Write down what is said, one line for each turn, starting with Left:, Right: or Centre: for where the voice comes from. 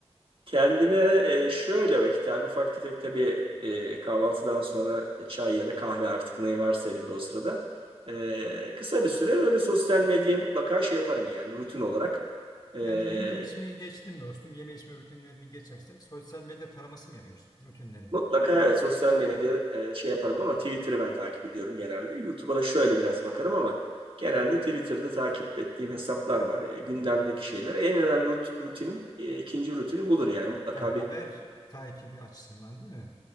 Right: Kendime e, şöyle vakit abi ufak tefek tabii e, kahvaltıdan sonra e, çay ya da kahve artık ne varsa elimde o sırada. E, kısa bir süre böyle sosyal medyaya mutlaka şey yaparım yani rutin olarak. E,
Left: Yani yemeği içmeyi geçtim dostum. Yeme içme rutinlerini geçersek sosyal medya taraması mı yapıyorsun rutinleri?
Right: mutlaka evet sosyal medya e, şey yaparım ama Twitter'ı ben takip ediyorum genelde. YouTube'a da şöyle biraz bakarım ama genelde Twitter'da takip ettiğim hesaplar var. E, gündemdeki şeyler. En önemli rut- rutinim e, ikinci rutinim budur yani mutlaka
Left: E, haber
Right: bir
Left: takibi açısından değil mi?